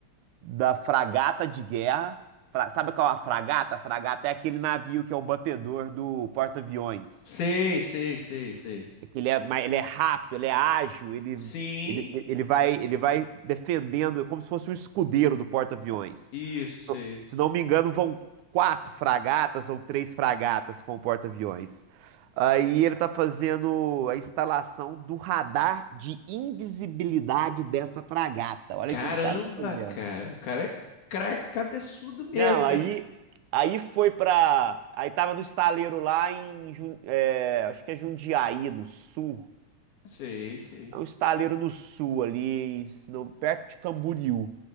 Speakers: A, on the right (about 80°); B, on the left (about 75°).
A: da fragata de guerra. Fra- Sabe qual é a fragata? A fragata é aquele navio que é o batedor do porta-aviões.
B: sei, sei, sei, sei.
A: É que ele é, mais- ele é rápido, ele é ágil, ele,
B: Sim,
A: ele, ele vai, ele vai defendendo como se fosse um escudeiro do porta-aviões.
B: isso,
A: Se
B: sei.
A: não, se não me engano, vão quatro fragatas ou três fragatas com o porta-aviões. Aí ele está fazendo a instalação do radar de invisibilidade dessa fragata. Olha
B: Caramba,
A: o que o cara tá fazendo.
B: cara. O cara é cra- cabeçudo mesmo,
A: Não, aí,
B: né?
A: aí foi pra. Aí tava no estaleiro lá em. Jun- é, acho que é Jundiaí, no sul.
B: Sei, sei.
A: É um estaleiro no sul ali, se não, perto de Camboriú.